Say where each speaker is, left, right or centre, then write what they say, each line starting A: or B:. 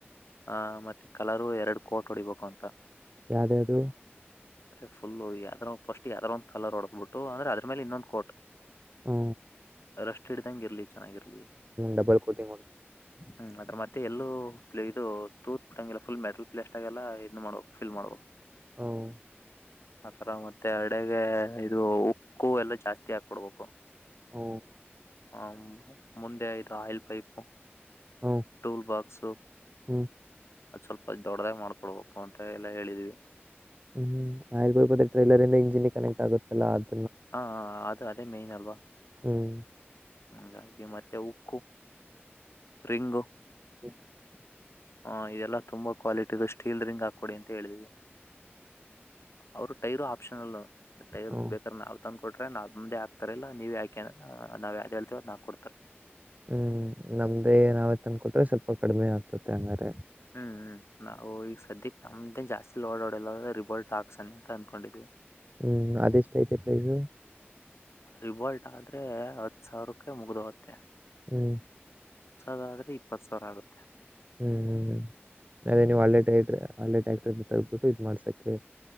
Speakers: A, on the left; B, on the right.
A: ಹ ಮತ್ತೆ ಕಲರು ಎರಡು ಕೋಟ್ ಹೊಡಿಬೇಕು ಅಂತ
B: ಯಾವ್ದ್ಯ್ದು
A: ಅೆ ಫುಲ್ಲು ಯಾವ್ರ ಫಸ್ಟ್ ಯಾವ್ದ್ರೋ ಒಂದ ಕಲರ್ ಹೊಡದ ಬಿಟ್ಟ ಅ್ರೆ ಅದ್ರ ಮೇಲೆ ಇನ್ನೊಂದ್ ಕೋಟ್
B: ಹ್ಮ
A: ಷ್ಟು ಹಿಡ್ದಂಗ ಇರ್ಲಿ ಚೆನ್ನಾಗಿರ್ಲಿ
B: ಡಬಲ್ ಕೋಟಿಂಗ್ ಮಾಡ
A: ಹ್ಮ್ ಅದ್ರ ಮತ್ತೆ ಎಲ್ಲೂ ಇದು ತೂತ್ ಪುಟ್ಂಗಲ್ಲ ಫುಲ್ ಮೆಟಲ್ ಪಲಸ್ಟ್ ಆಗ ಎಲ್ಲಾ ಇ್ ಮಾಡ್ಬೇಕು ಫಿಲ್ ಮಾಡ್ು
B: ಹ್ಮ್
A: ಆತರಾಮತ್ತ ಮತ್ತೆ ಅಡೆಗೆ ಇದು ಉಕ್ಕು ಎಲ್ಲ ಜಾಸ್ತಿ ಹಾಕ್ಕೊಡ್ಬೇಕು
B: ಓ
A: ಹ ಮುಂದೆ ಇದು ಆಯಿಲ್ ಪೈಪು
B: ಹ್ಮ್
A: ಟೂಲ್ ಬಾಕ್ಸು
B: ಹ್ಮ್
A: ಅಲ್ಪ ದೊಡ್ಡದಾಗ ಮಾಡ್ಕೊಡ್ಬೇಕು ಅಂತ ಎಲ್ಲ ಹೇಳಿದ್ವಿ
B: ಹ್ಮ್ ಆಯುರ್ಬ ಟ್ರೈಲರ್ ಇಂದ ಇಂಜಿನ್ ಕನೆಕ್ಟ್ ಆಗುತ್ತಲ್ಲ ಅದು
A: ಹಾ ಅದು ಅದೇ ಮೇನ್ ಅಲ್ವಾ
B: ಹ್ಮ್
A: ಹಾಗಾಗಿ ಮತ್ತೆ ಉಕ್ಕು ರಿಂಗು
B: <inaudible>
A: ಹಾ ಇದೆಲ್ಲಾ ತುಂಬಾ ಕ್ವಾಲಿಟಿಿದ ಸ್ಟೀಲ್ ರಿಂಗ್ ಹಾಕೊಡಿ ಅಂತ ಹೇಳಿದಿದೆ ಅವ್ರು ಟೈರು ಆಪ್ಷನಲ್ ಟೈರ್
B: ಹ್ಮ
A: ಬೇಕಾರ ಅವತ ಕೊಟ್ರ ನಾಕ್ ಮುಂದೆ ಆಾತಾರಲ್ಲಾ ನೀವ ಯಾಕೆ ನಾವ ಯಾವ್ದ್ ಹೇಳ್ತೀವ ಅ್ ನಾಕಕ್ ಕೊಡ್ತಾರೆ
B: ಹ್ಮ್ ನಮ್ದೇ ಏನಾವತ್ ಅನ್ಕಟ್ರೆ ಸ್ವಲ್ಪ ಕಡಿಮೆ ಆಗ್ತತೆ ಹಂಗಾರೆ
A: ಹ್ಮ್್ಮ್ ನಾವು ಈಗ ಸದ್ಯಕ್ ನಮ್ದೇನ್ ಜಾಸ್ತಿಲಿ ಓಡಾಡಲ್ಲ ರಿಬಲ್ಟ್ ಹಾಕ್ಸಣ ಅಂತ ಅನ್ಕೊಂಡಿದೀವಿ
B: ಹ್ಮ್ ಅದೆಷ್ಟ ಐತೆ ಪ್ರೈಸು
A: ರಿಬಾಲ್ಟ್ ಆದ್ರೆ ಹತ್ ಸಾವಿರಕ್ಕೆ ಮುಗ್ದ ಹೋಗತ್ತೆ
B: ಹ್ಮ್
A: ದಾದ್ರೆ ಇಪ್ಪತ್ ಸಾವಿರ ಆಗುತ್ತೆ
B: ಹ್ಮ್ ಹ್ಮ್ ಅದೇ ನೀವು್ ಒಳ್ಳೇಟ ಇದ್ರಿ ಆಲೆ ಟ್ಯಾಕ್ಟ್ರ ತಗ್ಬಿಟ್ಟು ಇದು ಮಾಡ್ಸೋಕ್ಕೆೆ